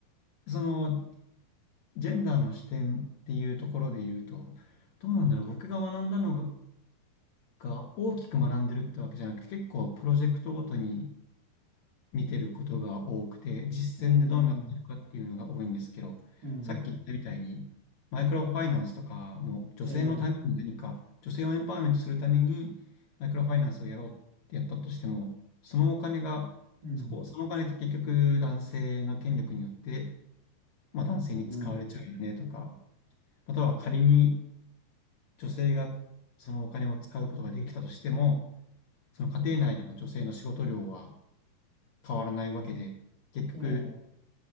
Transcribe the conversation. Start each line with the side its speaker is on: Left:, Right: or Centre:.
Left: そのジェンダーの視点っていうところで言うと、どうなんだろう、僕が学んだのが、が大きく学んでるってわけじゃなくて、結構プロジェクトごとに見てることが多くて、実践でどうなってるかっていうのが多いんですけど、
Right: うん、うん、
Left: さっき言ったみたいに、マイクロファイナンスとかも女性のために何か、
Right: ええ、
Left: 女性をエンパワーメントするためにマイクロファイナンスをやろうってやったとしても、そのお金が、
Right: うん、
Left: そこ、そのお金って結局男性の権力によって、まあ、男性に使われちゃうよねとか、
Right: うん、
Left: または仮に女性がそのお金を使うことができたとしても、その家庭内での女性の仕事量は変わらないわけで、結局、
Right: ええ、